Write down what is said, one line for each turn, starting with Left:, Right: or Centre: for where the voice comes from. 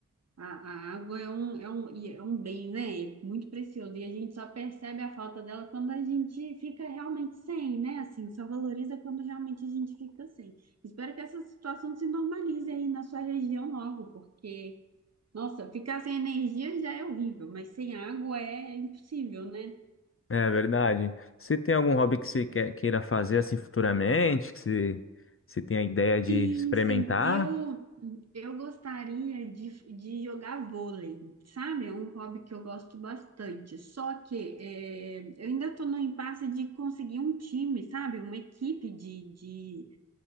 Right: a água é um, é um, e é um bem, né? É Muito precioso. E a gente só percebe a falta dela quando a gente fica realmente sem, né? Assim, só valoriza quando realmente a gente fica sem. Espero que essa situação se normalize aí na sua região logo, porque, nossa, ficar sem energia já é horrível, mas sem água é impossível, né?
Left: É verdade. Você tem algum hobby que você quer- queira fazer assim futuramente, que você, você tem a ideia de
Right: Sim,
Left: experimentar?
Right: sim. Eu, eu gostaria de, de jogar vôlei, sabe? É um hobby que eu gosto bastante. Só que é, eu ainda estou no impasse de conseguir um time, sabe? Uma equipe de, de